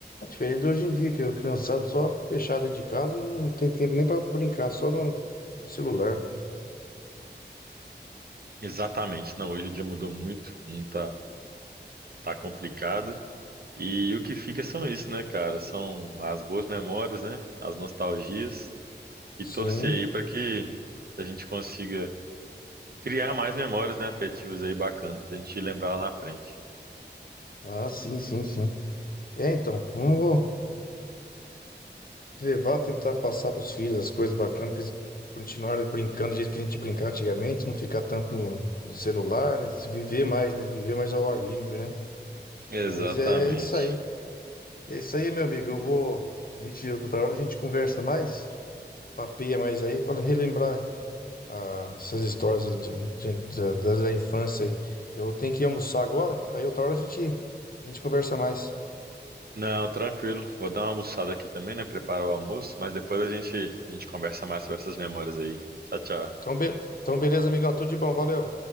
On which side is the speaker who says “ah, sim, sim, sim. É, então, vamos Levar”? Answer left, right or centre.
Left